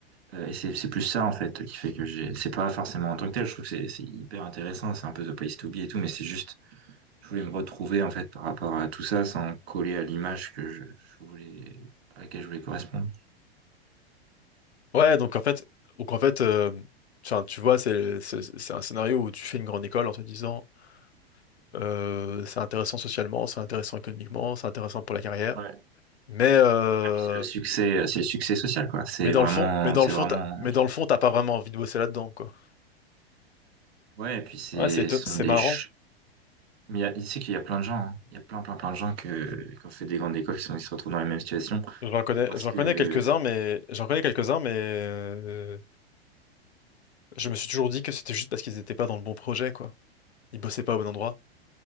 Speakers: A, on the right; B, on the left.
A: Euh, et c'est, c'est plus ça, en fait, qui fait que j'ai, c'est pas forcément en tant que tel. Je trouve que c'est, c'est hyper intéressant. C'est un peu the place to be et tout, mais c'est juste, je voulais me retrouver en fait par rapport à tout ça sans coller à l'image que je, je voulais à laquelle je voulais correspondre.
B: Ouais, donc en fait, donc en fait, euh, enfin, tu vois, c'est c'est c'est un scénario où tu fais une grande école en te disant, euh, c'est intéressant socialement, c'est intéressant économiquement, c'est intéressant pour la carrière,
A: Ouais. Ouais. Ouais,
B: mais euh,
A: puis c'est le succès, euh, c'est le succès social quoi. C'est
B: mais dans
A: vraiment,
B: le fond, mais dans
A: c'est
B: le fond,
A: vraiment
B: t'as- mais
A: le succès.
B: dans le fond, t'as pas vraiment envie de bosser là-dedans, quoi.
A: Ouais, et puis c'est,
B: Ouais, c'est
A: ce
B: éton-
A: sont
B: c'est
A: des,
B: marrant.
A: ch- mais il y a- tu sais qu'il y a plein de gens, hein. Il y a plein, plein, plein de gens que, qui ont fait des grandes écoles qui sont, qui se retrouvent dans les mêmes situations
B: J'en connais,
A: parce
B: j'en
A: que
B: connais quelques-uns, mais j'en connais quelques-uns, mais euh, je me suis toujours dit que c'était juste parce qu'ils étaient pas dans le bon projet, quoi. Ils bossaient pas au bon endroit.